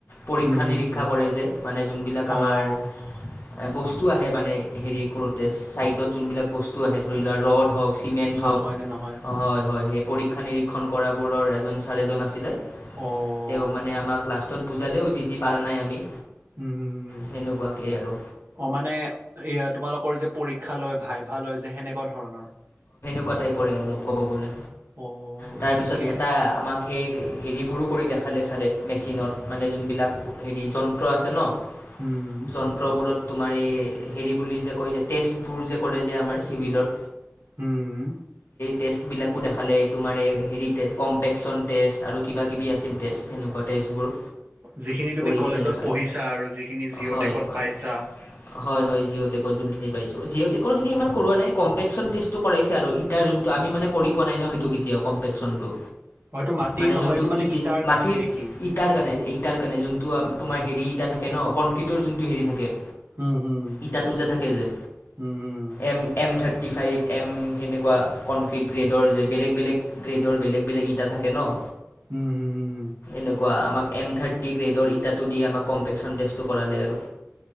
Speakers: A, on the left; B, on the right.
A: পৰীক্ষা
B: হুম হুম
A: নিৰীক্ষা
B: হুম
A: কৰে যে মানে যোনবিলাক আমাৰ।
B: অ'
A: এ বস্তু আহে মানে হেৰি কৰোতে চাইডত। যোনবিলাক বস্তু আহে ধৰি লোৱা ৰ'দ হওঁক চিমেণ্ট হওক।
B: হয়নে নহয়।
A: হয় হয় সেই পৰীক্ষা নিৰীক্ষণ কৰাবোৰৰ এজন ছাৰ এজন আছিলে
B: অ'
A: তেওঁ মানে আমাক লাষ্ট। ত বুজালেও যি যি পৰা নাই আমি।
B: উমম হম
A: সেনেকুৱাকে আৰু
B: অ মানে এয়া তোমালোকৰ যে পৰি। ক্ষা লয় ভাইভা লয় যে সেনেকুৱা ধৰণৰ।
A: কটাই পৰে অলপ ক'ব গ'লে
B: অ'
A: তাৰপিছত
B: ঠিকেই
A: এটা
B: আছে
A: আমাক সেই। হেৰিবোৰো কৰি দেখালে চাৰে মেচিনত মানে যোনবিলাক হেৰি যন্ত্ৰ আছে নহ।
B: উম,
A: যন্ত্ৰবোৰত। তোমাৰ এই হেৰি বুলি যে কয় যে টেষ্টবোৰ যে কৰে যে আমাৰ চিভিলৰ।
B: হম।
A: টেষ্ট বিলাকো দেখালে তুমাৰ হেৰি কম্পেকচন টেষ্ট আৰু কিবা। কিবি আছিল টেষ্ট সেনেকুৱা টেষ্টবোৰ।
B: যিখিন তুমি
A: কৰি
B: কলেজত
A: কিনে দেখালে
B: পঢ়িছা আৰু যিখিনি জি'অ
A: হয়
B: টেকত
A: হয়
B: পাইছা।
A: হয় হয় জি'অ টেকৰ যোনখিনি পাইছো জি'অ টেকৰ খিনি ইমান কৰোৱা নাই। কম্পেকচন টেষ্টটো কৰাইছে আৰু ইটাৰ যোনটো আমি মানে কৰি পোৱা নাই নহ সেইটো কেতিয়াও কম্পেকচনটো।
B: অ', এইটো মাটিৰ
A: মানে
B: নহয়
A: যোনটো
B: এইটো
A: ইতি
B: ইটাৰ কাৰণে
A: মাটিৰ
B: নে কি?
A: ইটাৰ কাৰণে ইটাৰ কাৰণে যোনটো। তোমাৰ হেৰি ইটা থাকে নহ কনক্ৰিটৰ যোনটো হেৰি থাকে।
B: হম হম
A: ইটাটো যে থাকে যে
B: হম হম।
A: M M thirty five M সেনেকুৱা কনক্ৰিট গ্ৰেডৰ যে বেলেগ বেলেগ গ্ৰেডৰ বেলেগ বেলেগ ইটা থাকে নহ।
B: উম, হুম, হুম।
A: এনেকুৱা আমাক। এম থাৰ্টি গ্ৰেডৰ ইটাটো দি আমাক কম্পেকশ্যন টেষ্টটো কৰালে আৰু।